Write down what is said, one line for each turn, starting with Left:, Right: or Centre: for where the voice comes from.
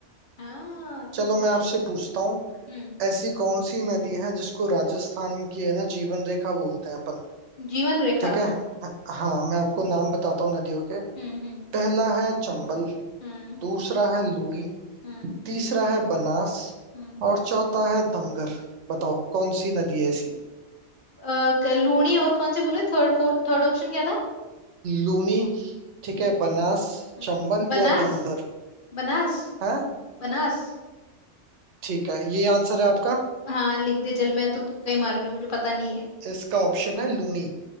Left: हाँ अब
Right: चलो
Left: तो पूछ
Right: मैं आपसे पूछता हूँ
Left: हम्म
Right: ऐसी कौन सी नदी है जिसको राजस्थान की है ना जीवन रेखा बोलते हैं अपन
Left: जीवन रेखा
Right: ठीक है हाँ मैं आपको नाम बताता हूँ नदियों के
Left: हम्म हम्म
Right: पहला है चंबल
Left: हम्म
Right: दूसरा है लूनी
Left: हम्म
Right: तीसरा है बनास
Left: हम्म
Right: और चौथा है धमगर बताओ कौन सी नदी है ऐसी
Left: अ, क- लूणी और कौन से बोले थर्ड फोर्थ थर्ड ऑप्शन क्या था
Right: लूनी ठीक है बनास
Left: हम्म
Right: चंबल
Left: बनास
Right: या धमगर
Left: बनास
Right: है
Left: बनास
Right: ठीक है ये आंसर है आपका
Left: हाँ लिख दे चल मैं तो तुक्का ही मार रही हूँ मुझे पता नहीं है
Right: इसका ऑप्शन है लूनी